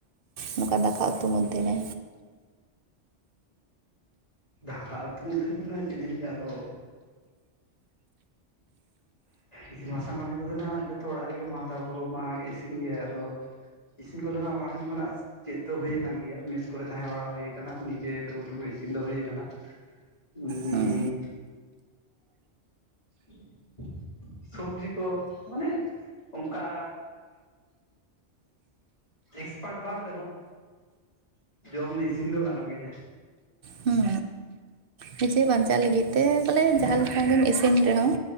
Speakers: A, on the right; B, on the left.
A: ᱱᱚᱝᱠᱟ ᱫᱟᱠᱟ ᱩᱛᱩ ᱢᱚᱫᱽᱫᱷᱮᱨᱮ᱾
B: ᱫᱟᱠᱟ ᱩᱛᱩ ᱢᱚᱫᱽᱫᱷᱮ ᱨᱮᱫᱚ ᱱᱟᱜ ᱪᱮᱫ ᱞᱤᱧ ᱞᱟᱹᱭᱟ ᱟᱫᱚ᱾ ᱤᱥᱤᱱ ᱵᱟᱥᱟᱝ ᱠᱟᱹᱢᱤ ᱠᱚᱫᱚ ᱱᱟᱦᱥᱜ ᱡᱷᱚᱛᱚ ᱚᱲᱟᱜ ᱨᱮᱜᱮ ᱢᱟ ᱛᱟᱯᱚᱨᱮ ᱢᱟ ᱜᱮ ᱤᱥᱤᱱ ᱜᱮᱭᱟᱭ ᱟᱫᱚ ᱤᱥᱤᱱ ᱠᱚᱫᱚ ᱱᱟᱦᱜ ᱢᱟ ᱴᱷᱮᱱ ᱠᱷᱚᱱᱟᱜ ᱪᱮᱫ ᱫᱚ ᱦᱩᱭᱩ ᱟᱠᱟᱱ ᱜᱮᱭᱟ ᱢᱮᱥ ᱠᱚᱨᱮ ᱛᱟᱦᱮᱸ ᱵᱟᱲᱟ ᱦᱩᱭᱟᱠᱟᱱᱟ ᱱᱤᱡᱮ ᱴᱩᱠᱩ ᱴᱩᱠᱩ ᱤᱥᱤᱱ ᱫᱚ ᱦᱩᱭ ᱟᱠᱟᱱᱟ᱾ ᱩᱸ
A: ᱦᱩᱸ
B: <inaudible> ᱥᱚᱵᱽᱡᱤ ᱠᱚ ᱢᱟᱱᱮ ᱚᱱᱠᱟ ᱮᱠᱥᱯᱟᱴ ᱵᱟᱝ ᱨᱮᱦᱚᱸ ᱡᱚᱢ ᱤᱥᱤᱱ ᱫᱚ ᱜᱟᱱᱚᱜ ᱜᱮᱭᱟ᱾
A: ᱦᱩᱸ ᱱᱤᱡᱮ ᱵᱟᱧᱪᱟᱜ ᱞᱟᱹᱜᱤᱫ ᱛᱮ ᱵᱚᱞᱮ
B: ᱦᱮᱸ
A: ᱡᱟᱦᱟᱸ ᱞᱮᱠᱟ ᱜᱮᱢ ᱤᱥᱤᱱ ᱨᱮᱦᱚᱸ